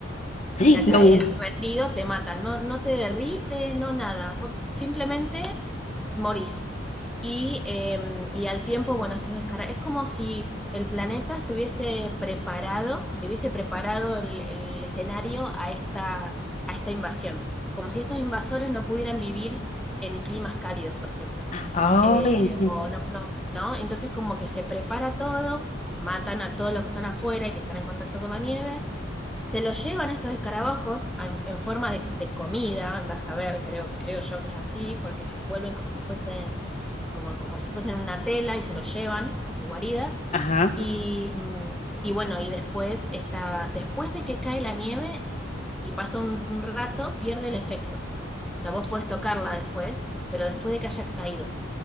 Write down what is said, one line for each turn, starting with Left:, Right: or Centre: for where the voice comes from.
Left: ¡Ay!
Centre: O sea,
Left: No.
Centre: caes rendido, te matan, no, no te derrite, no nada, vos simplemente morís. Y, eh, y al tiempo, bueno, eso es, cara- es como si el planeta se hubiese preparado, le hubiese preparado el, el escenario a esta, a esta invasión, como si estos invasores no pudieran vivir en climas cálidos, por ejemplo.
Left: Ay,
Centre: Eh,
Left: entiendo.
Centre: o no, no, ¿no? Entonces como que se prepara todo, matan a todos los que están afuera y que están en contacto con la nieve se los llevan estos escarabajos a- en forma de, de comida, anda a saber, creo, creo yo que es así, porque los envuelven como si fuesen, como, como si fuesen una tela y se los llevan a sus guaridas.
Left: Ajá.
Centre: Y, mm, y bueno, y después está, después de que cae la nieve y pasa un, un rato, pierde el efecto. O sea, vos podés tocarla después, pero después de que haya caído.